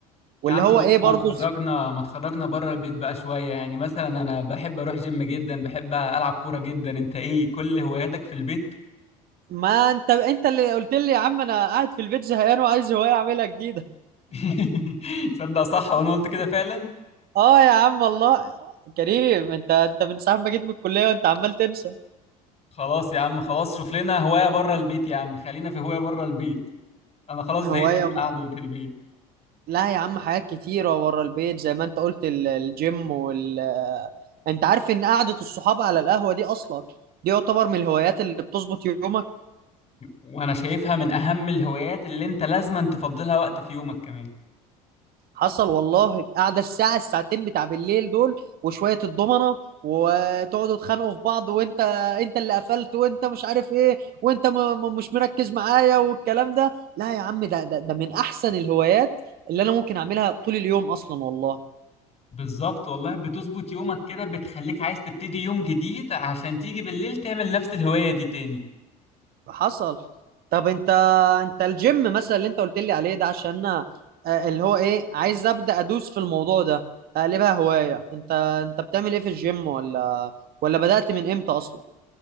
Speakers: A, on the right; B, on the left.
A: واللي
B: يا عم
A: هو
B: بقى
A: ايه برضو
B: ما تخرجنا ما تخرجنا بره البيت بقى شوية يعني مثلا انا بحب اروح جيم جدا بحب العب كورة جدا انت ايه كل هواياتك في البيت
A: ما انت انت اللي قلت لي يا عم انا قاعد في البيت زهقان وعايز هواية اعملها جديدة
B: <laughs> صدق صح وانا قلت كده فعلا
A: اه يا عم والله كريم انت انت من ساعة ما جيت من الكلية وانت عمال تنسى
B: خلاص يا عم خلاص شوف لنا هواية بره البيت يا عم خلينا في هواية بره البيت انا خلاص
A: هواية
B: زهقت من
A: بقى.
B: القعده بتاع البيت
A: لا يا عم حاجات كتيرة ورا البيت زي ما انت قلت ال- الجيم وال انت عارف ان قعدة الصحاب على القهوة دي اصلا دي يعتبر من الهوايات اللي بتظبط يومك
B: وانا شايفها من اهم الهوايات اللي انت لازما تفضلها وقت في يومك كمان
A: حصل والله قاعده الساعه الساعتين بتاع بالليل دول وشويه الضمنه وتقعدوا تخانقوا في بعض وانت انت اللي قفلت وانت مش عارف ايه وانت م... م... مش مركز معايا والكلام ده لا يا عم ده ده ده من احسن الهوايات اللي انا ممكن اعملها طول اليوم اصلا والله
B: بالظبط والله بتظبط يومك كده بتخليك عايز تبتدي يوم جديد عشان تيجي بالليل تعمل نفس الهوايه دي تاني
A: حصل طب انت انت الجيم مثلا اللي انت قلت لي عليه ده عشان انا آه، اللي هو ايه عايز ابدا ادوس في الموضوع ده اقلبها هوايه انت انت بتعمل ايه في الجيم ولا ولا بدات من امتى اصلا